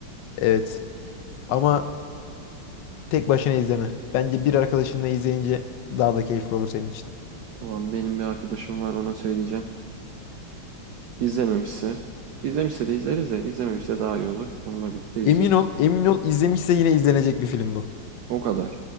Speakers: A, on the left; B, on the right.
A: Evet. Ama tek başına izleme. Bence bir arkadaşınla izleyince daha da keyifli olur senin için.
B: Tamam benim bir arkadaşım var ona söyleyeceğim. İzlememişse izlemişse de izleriz de izlememişse daha iyi olur. Onunla birlikte izleyelim.
A: Emin ol, emin ol izlemişse yine izlenecek bir film bu.
B: O kadar.